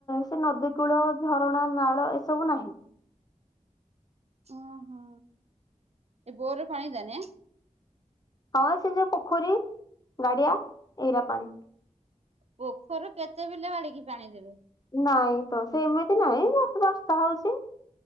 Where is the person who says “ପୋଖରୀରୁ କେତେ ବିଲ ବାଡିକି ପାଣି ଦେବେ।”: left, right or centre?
Right